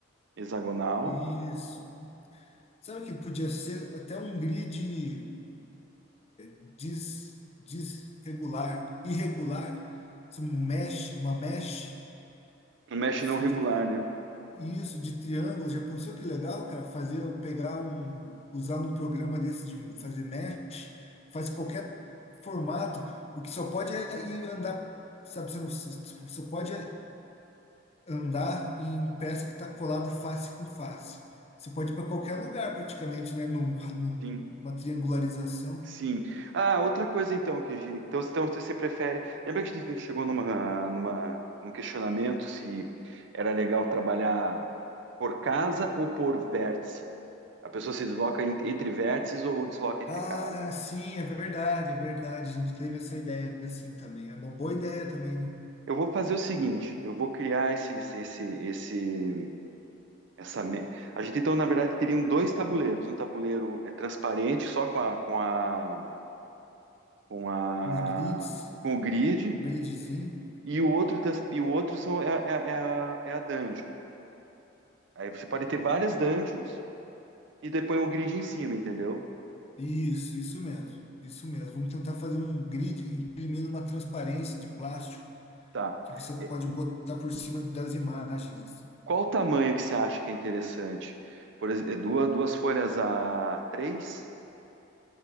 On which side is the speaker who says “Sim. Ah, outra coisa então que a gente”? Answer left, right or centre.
Right